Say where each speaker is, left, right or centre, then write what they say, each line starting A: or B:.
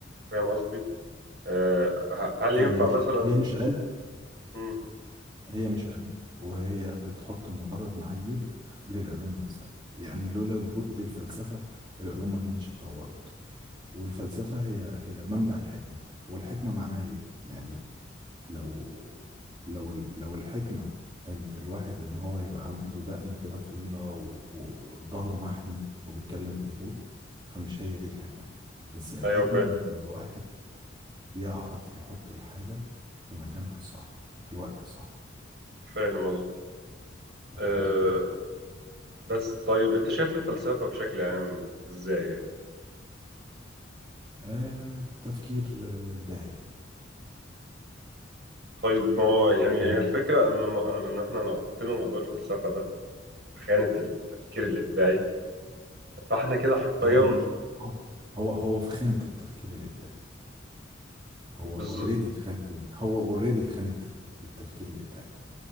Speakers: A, on the right (about 55°); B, on the right (about 25°).
A: فاهم قصدي؟ آه ه- هل
B: هي
A: ينفع
B: مش
A: مثلا
B: هي مش علم
A: مم.
B: هي مش علم وهي بتحط مجرد معايير للعلوم نفسها يعني لولا وجود الفلسفة العلوم ما كانتش اتطورت والفلسفة هي هي منبع الحكمة والحكمة معناها ايه يعني لو لو ال- لو الحكمة انت الواحد ان هو يبقى عنده دقن كده طويلة و- وظهره محني وبيتكلم بهدوء فمش هي دي الحكمة بس الحكمة
A: أيوه فاهم
B: ان الواحد يعرف يحط الحاجة في مكانها الصح في الوقت الصح
A: فاهم قصدي
B: فاهم
A: آه
B: قصدي ايه
A: بس طيب أنت شايف الفلسفة بشكل عام إزاي يعني؟
B: آه تفكير آه، إبداعي
A: طيب ما هو يعني هي
B: هم-
A: الفكرة إن ما- إن إحنا لو حطينا موضوع الفلسفة ده في خانة التفكير الإبداعي فإحنا كده حرفيا
B: لا هو مش هو هو هو في خانة التفكير الإبداعي هو
A: بز...
B: اوريدي في خانة ال- هو اوريدي في خانة التف- التفكير الإبداعي